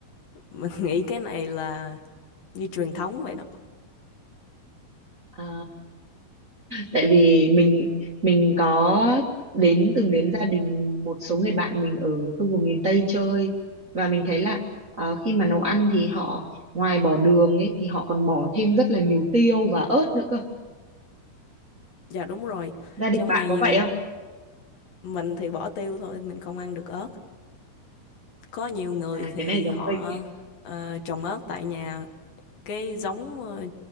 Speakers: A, on the left; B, on the right.
A: Mình <laughs> nghĩ cái này là như truyền thống vậy đó.
B: À, tại vì mình mình có đến từng đến gia đình một số người bạn mình ở khu vực miền Tây chơi và mình thấy là ờ, khi mà nấu ăn thì họ ngoài bỏ đường ấy thì họ còn bỏ thêm rất là nhiều tiêu và ớt nữa cơ.
A: Dạ đúng rồi.
B: Gia đình
A: Trong
B: bạn
A: này
B: có
A: nhiều
B: vậy không?
A: mình thì bỏ tiêu thôi, mình không ăn được ớt. Có nhiều người
B: À
A: thì
B: cái này giống
A: họ
B: mình.
A: ờ, trồng ớt tại nhà cái giống ờ,